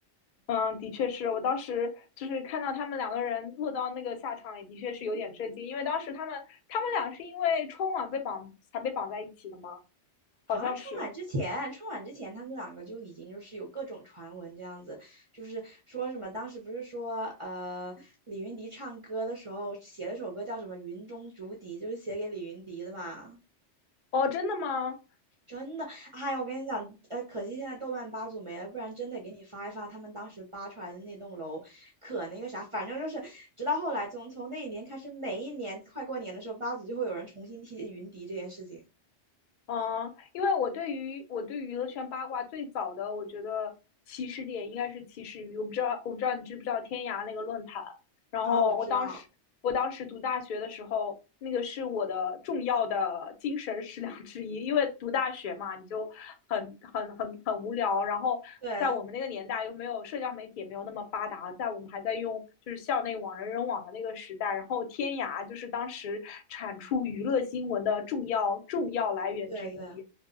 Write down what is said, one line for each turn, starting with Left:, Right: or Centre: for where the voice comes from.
Left: 嗯，的确是我当时就是看到他们两个人落到那个下场，也的确是有点震惊，因为当时他们他们俩是因为春晚被绑才被绑在一起的吗？好像是。
Right: 好像春晚之前，春晚之前他们两个就已经就是有各种传闻这样子，就是说什么当时不是说呃李云迪唱歌的时候写了首歌叫什么《云中竹笛》，就是写给李云迪的嘛。
Left: 哦，真的吗？
Right: 真的，哎呀，我跟你讲，呃，可惜现在豆瓣八组没了，不然真得给你发一发他们当时扒出来的那栋楼，可那个啥，反正就是直到后来从从那一年开始，每一年快过年的时候，八组就会有人重新提起云迪这件事情
Left: 嗯，因为我对于我对娱乐圈八卦最早的，我觉得起始点应该是起始于我不知道我不知道你知不知道天涯那个论坛，然后我当时，
Right: 啊，我知道，
Left: 我当时读大学的时候，那个是我的重要的精神食粮之一，因为读大学嘛，你就很很很很无聊。然后在我们那个年代，
Right: 对
Left: 又没有社交媒体，也没有那么发达，在我们还在用就是校内网、人人网的那个时代，然后天涯就是当时产出娱乐新闻的重要重要来源之一。
Right: 对对。